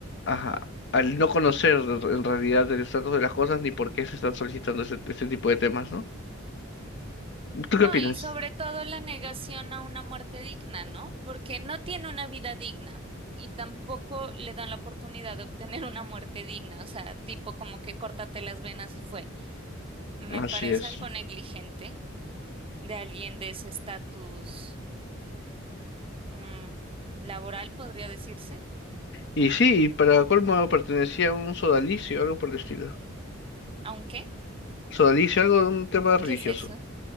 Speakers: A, on the left; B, on the right.
A: a- al no conocer en realidad el estatus de las cosas ni por qué se están solicitando ese, ese tipo de temas, ¿no? ¿Tú
B: No,
A: qué opinas?
B: y sobre todo la negación a una muerte digna, ¿no? Porque no tiene una vida digna y tampoco le dan la oportunidad de obtener una muerte digna, o sea, tipo como que córtate las venas y fue. Me
A: Así
B: parece
A: es.
B: algo negligente de alguien de ese estatus mm, laboral, podría decirse.
A: Y sí, y para colmo pertenecía a un sodalicio, algo por el estilo.
B: Aunque,
A: Sodalicio, algo de un tema religioso.
B: ¿qué es eso?